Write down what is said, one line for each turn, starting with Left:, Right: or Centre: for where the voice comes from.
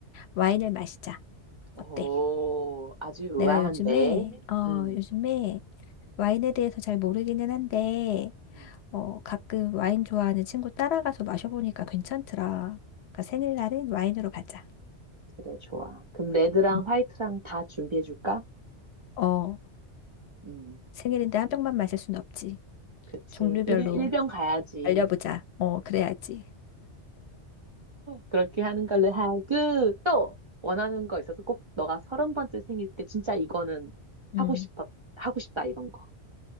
Left: 와인을 마시자.
Right: 오,
Left: 어때?
Right: 아주 우아한데.
Left: 내가 요즘에, 어,
Right: 음,
Left: 요즘에 와인에 대해서 잘 모르기는 한데,
Right: 음,
Left: 어, 가끔 와인 좋아하는 친구 따라가서 마셔보니까 괜찮더라. 그러니까 생일날은 와인으로 가자.
Right: 그래, 좋아. 그럼 레드랑
Left: 음.
Right: 화이트랑 다 준비해줄까?
Left: 어,
Right: 음,
Left: 생일인데 한 병만 마실 순 없지.
Right: 그치.
Left: 종류별로
Right: 1인 일 병 가야지.
Left: 알려보자. 어, 그래야지.
Right: 그렇게 하는 걸로 하고, 또 원하는 거 있어서 꼭 너가 서른 번째 생일 때 진짜 이거는 하고
Left: 음.
Right: 싶어, 하고 싶다, 이런 거.